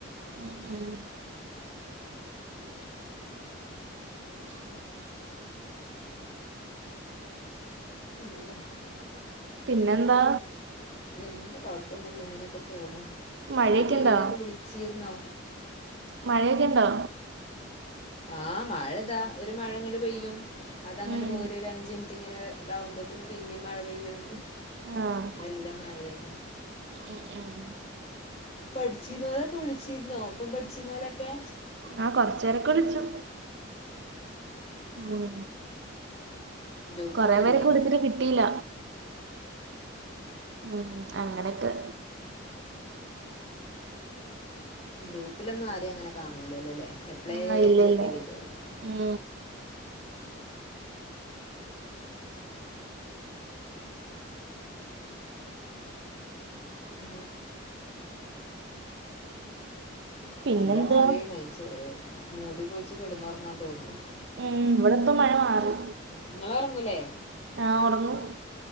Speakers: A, on the right; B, on the left.
A: ഉം ഉം <inaudible>
B: പിന്നെ
A: പിന്നെന്താ
B: എന്ത് കൊഴപ്പൊന്നുല്ല ഇങ്ങനൊക്കെ പോണ്
A: മഴയൊക്കെ
B: ആദ്യ
A: ഇണ്ടോ
B: ആരെലൊക്കെ വിളിച്ചിരുന്നോ
A: മഴയൊക്കെണ്ടൊ
B: ആഹ് മഴ ഇതാ ഒരു മഴ ഇങ്ങട്ട് പെയ്യും അതങ്ങട്ട്
A: ഉം
B: തോരും ഒരഞ്ച് മിനിറ്റ് ഇങ്ങനെ ഇതാവുമ്പോത്തിന് പിന്നിം മഴ പെയ്യും
A: ആഹ്
B: നല്ല മഴയാണ്
A: ഉം ഉം
B: പട്ച്ചീര്ന്നോലൊക്കെ വിള്ച്ചിരുന്നോ ഒപ്പം പട്ച്ചീന്നോലൊക്കെ
A: ആഹ് കൊറച്ചേരൊക്കെ വിളിച്ചു ഉം
B: ഗ്രൂപ്പൊക്കെ
A: കൊറെ
B: ഇല്ലേ
A: പേരെക്കെ വിളിച്ചിട്ട് കിട്ടിയില്ല. ഉം അങ്ങനൊക്കെ
B: ഗ്രൂപ്പിലൊന്നും ആരേം അങ്ങനെ കാണൂലല്ലോലെ എപ്ളേങ്കിലുക്കെ
A: ആഹ് ഇല്ലല്ല
B: വരുള്ളൂ.
A: ഉം
B: ഉം
A: പിന്നെന്താ
B: നല്ല മഴേണ് ചെ മൂടി പൊതച്ച് കെടന്നൊറങ്ങാൻ തോന്ന്ന്നു
A: ഉം ഇവിടിപ്പ മഴ മാറി
B: നിങ്ങളുറങ്ങൂലേ
A: ആഹ് ഒറങ്ങും